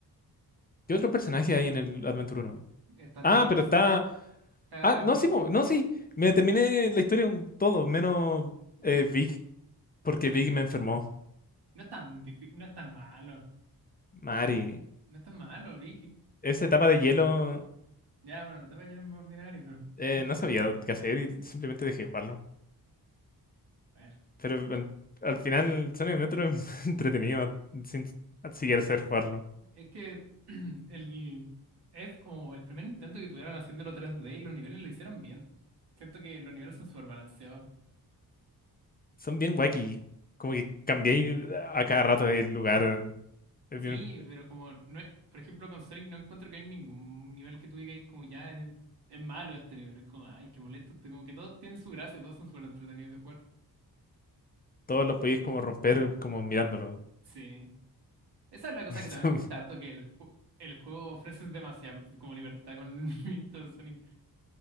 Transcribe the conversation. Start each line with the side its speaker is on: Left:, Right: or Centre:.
Left: ¿Qué otro personaje hay en el Adventure Uno?
Right: Está
Left: Ah,
Right: Tails,
Left: pero está.
Right: ¿no? Está
Left: Ah, no,
Right: Big.
Left: sí, po, no, sí. Me terminé la historia un todo, menos eh,
Right: Big.
Left: Vic, porque
Right: eh,
Left: Vic me enfermó.
Right: No es tan difí- no es tan malo.
Left: Mari,
Right: No es tan malo, Big.
Left: esa etapa de hielo
Right: Ya, bueno, la etapa ya no es muy ordinaria, pero.
Left: eh,
Right: mm,
Left: no sabía qué hacer y simplemente dejé jugarlo.
Right: bueno.
Left: Pero al, al final, Sonic Adventure es <laughs> entretenido sin siquiera saber jugarlo.
Right: Es que <clears throat> el. Es como el primer intento que tuvieron haciéndolo tres d y los niveles lo hicieron bien. Siento que los niveles son súper balanceados.
Left: Son bien wacky. Como que cambiáis a cada rato de lugar. Es
Right: Sí,
Left: bien-
Right: pero como no es, por ejemplo, con Sonic no encuentro que hay ningún nivel que tú digas como ya es, es malo este nivel, es como, ay, qué molesto este, como que todos tienen su gracia, todos son súper entretenidos de jugar.
Left: todos los podéis como romper como mirándolo.
Right: Sí. Esa es la cosa
Left: <laughs>
Right: que también me gusta harto, que el, ju- el juego ofrece demasiada como libertad con el <laughs> movimiento de Sonic.